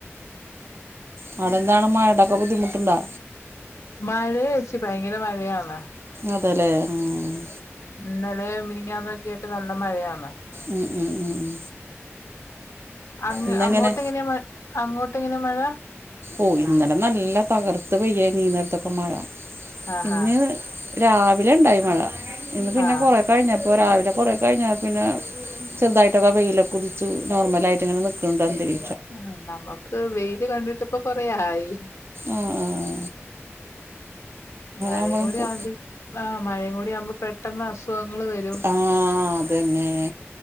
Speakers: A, on the right; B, on the left.
A: അവിടെന്താണ് മഴടക്ക ബുദ്ധിമുട്ടുണ്ടോ
B: മഴയെച്ചി ഭയങ്കര മഴയാണ്.
A: അതല്ലേ ആഹ്
B: ഇന്നലെ മിനിങ്ങാന്നുവക്കയിട്ട് നല്ല മഴയാന്ന്
A: ഉം ഉം ഉം ഉം
B: അങ്ങ്
A: ഇന്നെങ്ങനെ
B: അങ്ങോട്ട് എങ്ങനെയാ മഴ അങ്ങോട്ട എങ്ങനെയാ മഴ
A: ഓ ഇന്നലെ നല്ല തകർത്ത് പെയ്യാരുന്നു ഈനേരത്തൊക്കെ മഴ
B: ആഹാ
A: ഇന്ന് രാവിലെ ഉണ്ടായി മഴ ഇന്ന് പിന്നെ
B: ആഹ്
A: കുറെ കഴിഞ്ഞപ്പോൾ രാവിലെ കുറ കഴിഞ്ഞാൽ പിന്നെ ചെറുതായിട്ടൊക്ക വെയിലൊക്കെ കുതിച്ച് നോർമലയിട്ട ഇങ്ങനെ നിൽക്കുന്നുണ്ട് അന്തരീ
B: ആഹ് നമുക്ക് വെയില് കണ്ടിട്ടപ്പ കൊറയായി
A: ആഹ് ആഹ്
B: മഴയും
A: ആകുമ്പോഴും
B: കൂടിയകുമ്പോ
A: കു
B: ആ മഴയും കൂടി ആകുമ്പോ പെട്ടെന്ന് അസുഖങ്ങള് വരും
A: ആഹ് അതന്നെ